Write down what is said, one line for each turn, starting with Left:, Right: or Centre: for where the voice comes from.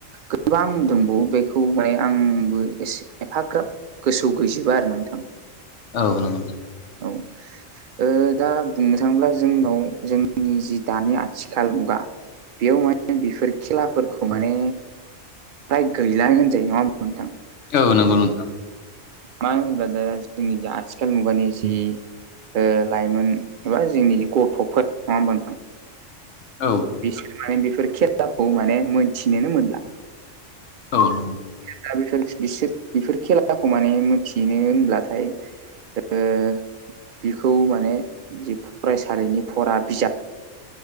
Right: गोबां दंबावो बेखौ माने आंबो एसे एफाग्राब गोसोआव गैजोबा आरो ना नोंथां
Left: औ नंगौ नोंथां
Right: औ औ दा बुंनो थांङोब्ला जोंनाव जोंनि जि दानि आथिखाल मुगा बेयाव माने बेफोर खेलाफोरखौ माने फ्राय गैलाानो होनजायो नंङा होमबा नोंथां
Left: औ नंगौ नोंथां
Right: मानो होनबा दा जोंनि आथिखाल मुगानि जे ओ लाइमोन एबा जोंनि जि गथ'फोर नंङा होमबा नोंथां
Left: औ
Right: बिसोर माने बेफोर खेलाखौ माने मोनथिनोनो मोनला
Left: औ
Right: दा बेफोर बिसोर बेफोर खेलाखौ माने मिथिनो होनब्लाथाय ओ बेखौ माने जि फरायसालिनि फरा बिजाब